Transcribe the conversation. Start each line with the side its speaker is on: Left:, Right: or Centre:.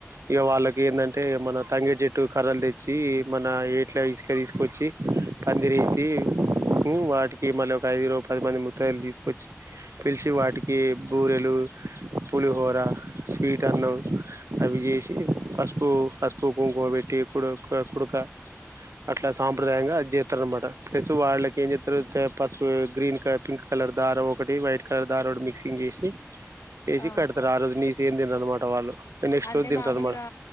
Right: ఇక వాళ్ళకి ఏంటంటే మన తంగే చెట్టు కర్రలు తెచ్చి మన ఏట్లా ఇసుక తీసుకొచ్చి పందిర వేసి వాటికి మళ్ళీ ఒక ఐదు పదిమంది ముత్తయిలు తీసుకొచ్చి పిలిచి వాటికి బూరెలు పులిహోర స్వీట్ అన్నం అవి చేసి పసుపు పసుపు కుంకుమ పెట్టి కుడు కుడుక అట్లా సాంప్రదాయంగా చేస్తారు అన్నమాట ప్లస్సు వాళ్ళకి ఏం చేస్తారుతే పసుపు గ్రీన్ క పింక్ కలర్ దారం ఒకటి వైట్ క్కర దారోడు మిక్సింగ్ చేసి ఏసి
Left: ఆ
Right: కడత రా రోజని చేంది అనమాట వాళ్ళు నెక్స్ట్
Left: అంటే
Right: రోజు తింటారు
Left: మామూలుగా
Right: అనమాట